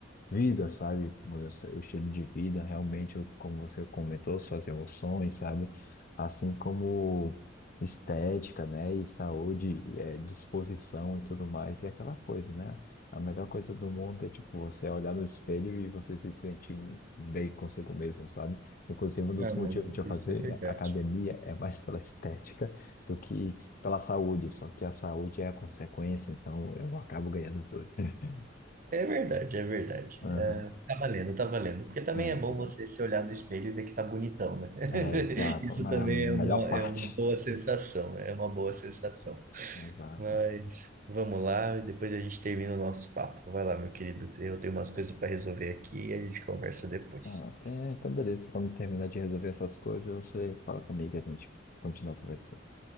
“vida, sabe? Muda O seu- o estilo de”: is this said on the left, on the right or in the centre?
Left